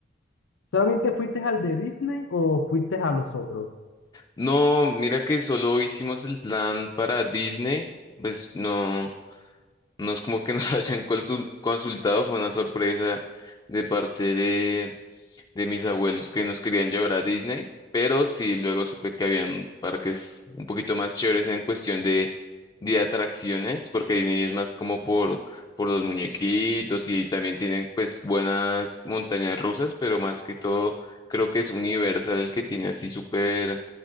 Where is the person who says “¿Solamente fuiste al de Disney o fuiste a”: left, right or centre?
Left